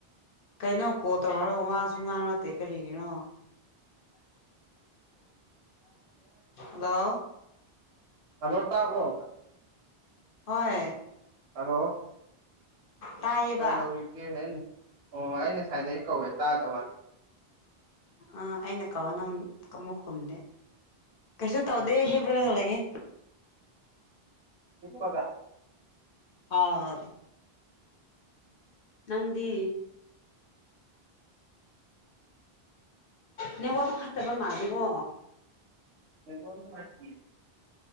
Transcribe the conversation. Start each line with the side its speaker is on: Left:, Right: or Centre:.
Left: ꯀꯩꯅꯣ call ꯇꯧꯔꯒ ꯋꯥꯁꯨ ꯉꯥꯡꯂꯛꯇꯦ ꯀꯔꯤꯒꯤꯅꯣ ꯍꯜꯂꯣ
Right: ꯍꯜꯂꯣ ꯇꯥꯕ꯭ꯔꯣ
Left: ꯍꯣꯏ
Right: ꯍꯜꯂꯣ
Left: ꯇꯥꯏꯌꯦꯕ
Right: ꯀꯩꯗꯧꯔꯤꯒꯦ ꯑꯩꯅ ꯑꯣ ꯑꯩ ꯉꯁꯥꯏꯗꯩ ꯀꯧꯋꯦ ꯇꯥꯗꯃꯥꯜꯂꯦ
Left: ꯑꯥ ꯑꯩꯅ ꯀꯧꯔ ꯅꯪ ꯀꯃꯨꯛ ꯈꯨꯝꯗꯦ ꯀꯩꯁꯨ ꯇꯧꯗꯦ
Right: ꯎꯝ
Left: ꯍꯤꯞꯂꯒ ꯂꯩꯑꯦ
Right: ꯍꯤꯞꯄꯒ
Left: ꯑꯥꯎ ꯅꯪꯗꯤ ꯅꯦꯛꯋꯥꯛ ꯐꯠꯇꯕ ꯃꯥꯜꯂꯦꯒꯣ
Right: ꯅꯦꯠꯋꯥꯔꯛ ꯅꯨꯡꯉꯥꯏꯇꯤꯌꯦ